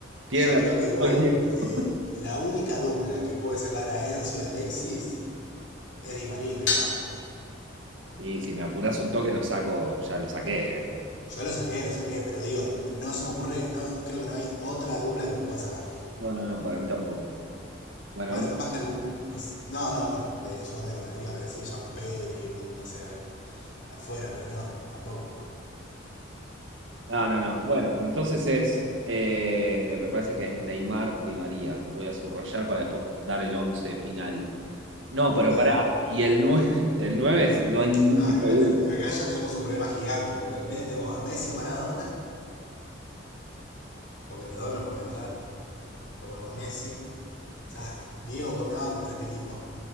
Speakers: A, on the right (about 80°); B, on the left (about 65°).
A: Tienen
B: Yo
A: la
B: creo
A: pelota
B: que igual
A: todo el tiempo.
B: eh, la única dupla que puede sacar a Enzo y a Alexis es Di María y Neymar.
A: Y si me apurás un toque, lo saco, ya lo saqué. eh.
B: Yo lo saqué, lo saqué, pero digo, no se me ocurre, no, creo que no hay otra dupla que los pueda sacar.
A: No, no, no, para mí tampoco. Bueno,
B: Bueno,
A: hermano.
B: capaz que algún. No, sé- no, no, bueno, de Sudamérica. Iba a decir ya un Pedri, un no sé, algo de afuera, pero no, tampoco.
A: No, no, no. Bueno, entonces es, eh, me parece que es Neymar Di María. Los voy a subrayar para después dar el once final. No,
B: Ok,
A: pero pará, y el 9, <laughs> el nueve es- no hay ningún
B: No, acá,
A: tipo de
B: te-
A: duda.
B: acá ya tenemos un problema gigante, porque en el medio tenemos a Messi o Maradona, porque los dos no pueden entrar. Lo ponemos a Messi. O sea, Diego come banco en este equipo.